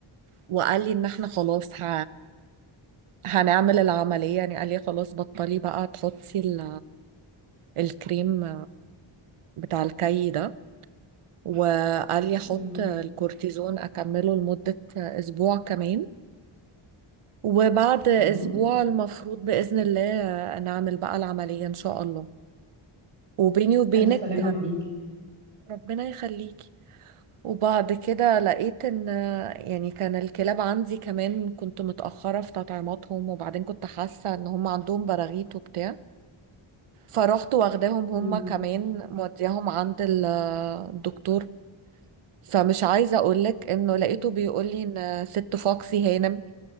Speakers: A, on the right; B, on the right.
A: وقال لي ان احنا خلاص ه... هنعمل العملية يعني قال لي خلاص بطلي بقى تحطي ال... الكريم بتاع الكي ده وقال لي احط
B: مم.
A: الكورتيزون اكمله لمدة اسبوع كمان وبعد اسبوع
B: اه
A: المفروض بإذن الله نعمل بقى العملية ان شاء الله وبيني وبينك
B: ألف سلامة عليكي
A: ربنا يخليكي وبعد كده لقيت ان يعني كان الكلاب عندي كمان كنت متأخرة في تطعيماتهم وبعدين كنت حاسة ان هم عندهم براغيث وبتاع فرحت واخداهم
B: مم.
A: هم كمان مودياهم عند ال- الدكتور فمش عايزة اقولك انه
B: مم.
A: لقيته بيقولي ان ست فوكسي هانم